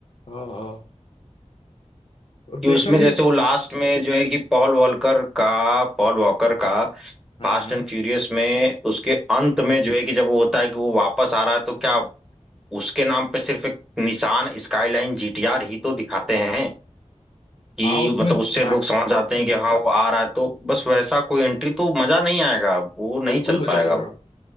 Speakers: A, on the left (about 50°); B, in the centre.
A: हाँ हाँ अब
B: कि
A: देखना
B: उसमें
A: है
B: जैसे
A: कि
B: वो लास्ट में जो है कि पॉल वॉलकर का पॉल वॉकर का
A: हम्म
B: फास्ट
A: हम्म
B: एंड फ्यूरियस में उसके अंत में जो है कि जब वो होता है कि वो वापस आ रहा है तो क्या उसके नाम पे सिर्फ एक निसान स्काईलाइन जीटीआर ही तो दिखाते हैं कि
A: हाँ उसमें
B: मतलब उससे
A: ना
B: लोग समझ जाते हैं कि हाँ वो आ रहा है तो बस वैसा कोई एंट्री तो मजा नहीं आएगा वो नहीं
A: बिल्कुल
B: चल
A: मजा
B: पाएगा
A: नहीं आएगा
B: वो